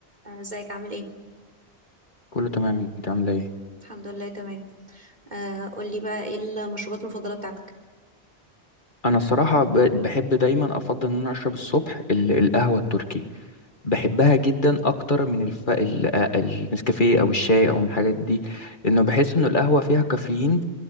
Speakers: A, on the right; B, on the left.
A: آه، ازيك عامل ايه
B: كله تمام انت عامله ايه
A: الحمد لله تمام آه، قولي بقى ايه المشروبات المفضلة بتاعتك
B: انا الصراحه ب- بحب دايما افضل ان انا اشرب الصبح ال- القهوه التركي بحبها جدا اكتر من الف... ال- النسكافيه او الشاي او من الحاجات دي لانه بحس ان القهوه فيها كافيين